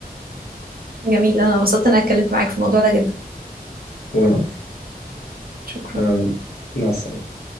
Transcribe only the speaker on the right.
جميل انا انبسطت إن انا اتكلمت معاك في الموضوع ده جدا
شكرا